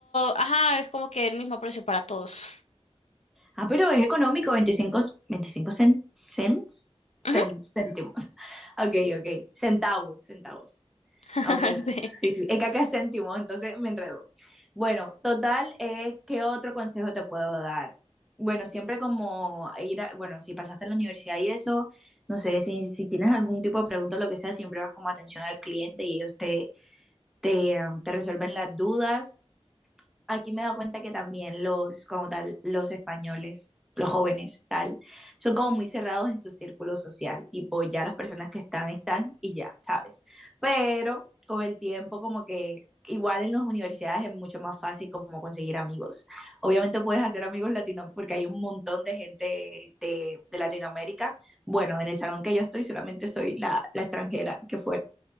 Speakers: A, on the left; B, in the centre.
A: ajá, es como que el mismo precio para todos.
B: Ah, pero es económico, 25, 25 cen- cents, cen-
A: Ujú.
B: céntimos. <laughs> Ok, ok, centavos, centavos.
A: <laughs>
B: Ah, Ok, sí, sí, es que acá es céntimo, entonces me enredo. Bueno, total, eh, ¿qué otro consejo te puedo dar? Bueno, siempre como ir a, bueno, si pasaste a la universidad y eso, no sé, si, si tienes algún tipo de pregunta o lo que sea, siempre vas como atención al cliente y ellos te, te, um, te resuelven las dudas aquí me he dado cuenta que también los, como tal, los españoles, los jóvenes, tal, son como muy cerrados en su círculo social, tipo, ya las personas que están, están y ya, ¿sabes? Pero con el tiempo, como que igual en las universidades es mucho más fácil como conseguir amigos. Obviamente puedes hacer amigos latinos porque hay un montón de gente de, de Latinoamérica. Bueno, en el salón que yo estoy solamente soy la, la extranjera, qué fuerte.